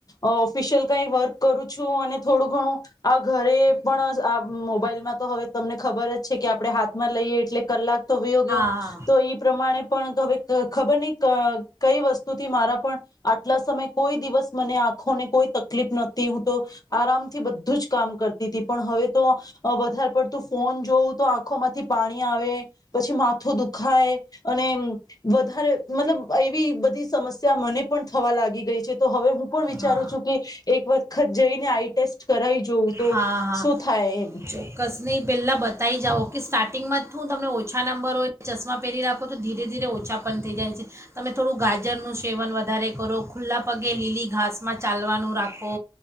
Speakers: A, on the left; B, on the right.
A: ઓ. કઈ વર્ક કરું છું અને થોડું ઘણું આ ઘરે પણ આ મોબાઈલમાં તો હવે તમને ખબર જ છે. કે આપણે હાથમાં લઈએ એટલે કલાક તો વીયો ગયો.
B: હા
A: પ્રમાણે પણ હવે, ખબર નહ કઈ વસ્તુથી મારા પણ આટલા સમય કોઈ, દિવસ મને આંખોને કોઈ તકલીફ નહતી હું તો આરામ થી બધું જ કામ કરતી. પણ હવે તો વધારે. પડતું ફોન જોવું તો આંખોમાંથી પાણી આવે પછી માથું દુખ. ખાય અને વધારે. મતલબ એવી બધી સમસ્યા મને પણ થવા લાગી ગઈ છે, તો હવે હું. વિચારું
B: હા
A: છું કે એક વખત જઈને આઈ ટેસ્ટ કરાવી જોઉં તો
B: હા હા
A: શું થાય એમ.
B: ચોક્કસ નહીં પહેલાં બતાવી જાઓ કે સ્ટાર્ટિંગમાં તું તમને ઓછા નંબર હોય ચશ્મા પહેરી રાખો તો ધીરે ધીરે ઓછા પણ થઈ જાય છે તમે થોડું ગાજરનું સેવન વધારે કરો ખુલ્લા પગે લીલી ઘાસ. રસમાં ચાલવાનું રાખો.